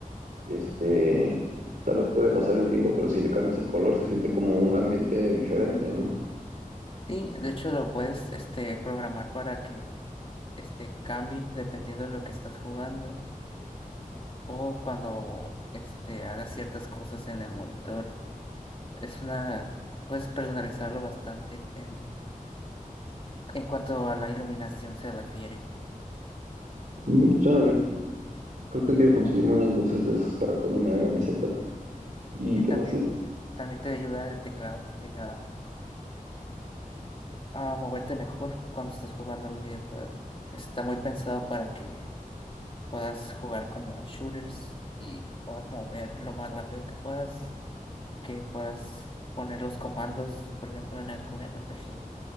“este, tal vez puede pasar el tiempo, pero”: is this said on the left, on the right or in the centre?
Right